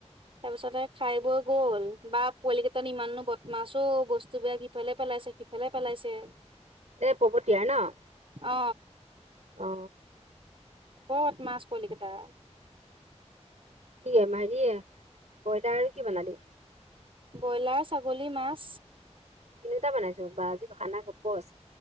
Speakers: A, on the right; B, on the right.
A: তাৰ পিছত খাই বৈ গ'ল বা পোৱালি কেইটা ইমাননো বত মাছ ঔ বস্তুবিলাক ইফালে পেলাইছে সিফালে পেলাইছে।
B: এ পৱতীয়া নহ।
A: অ।
B: অ।
A: বদমাছ পোৱালি কেইটা।
B: কি <unintelligible> ব্ৰইলাৰ আৰু কি বনালি।
A: ব্ৰইলাৰ ছাগলী মাছ।
B: তিনিওটা বনাইছোঁ বা আজি খানা গোপচ।